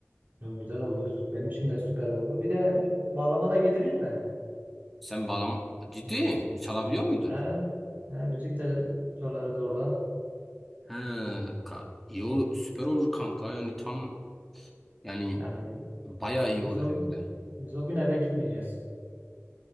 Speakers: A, on the right; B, in the centre.
A: e, güzel oldu. Benim için de süper oldu. Bir de bağlama da getireyim mi?
B: Sen bağlam ciddi çalabiliyor muydun?
A: He, he, müzik de çalarız orada.
B: He, ka- iyi olur süper olur kanka. Yani tam yani
A: Yani
B: bayağı iyi
A: biz
B: olur
A: o
B: hem
A: gün,
B: de.
A: biz o gün eve gitmeyeceğiz.